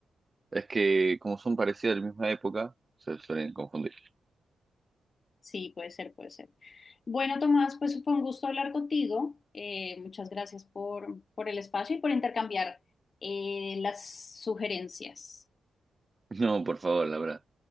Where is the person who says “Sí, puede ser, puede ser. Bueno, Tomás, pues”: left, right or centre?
Left